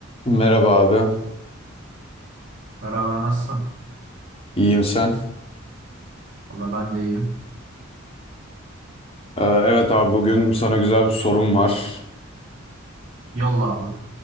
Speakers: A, on the left; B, on the right.
A: Merhaba abi,
B: Merhaba nasılsın?
A: iyiyim sen.
B: Valla ben de iyiyim.
A: Ee, evet abi bugün sana güzel bir sorum var.
B: Yolla abi.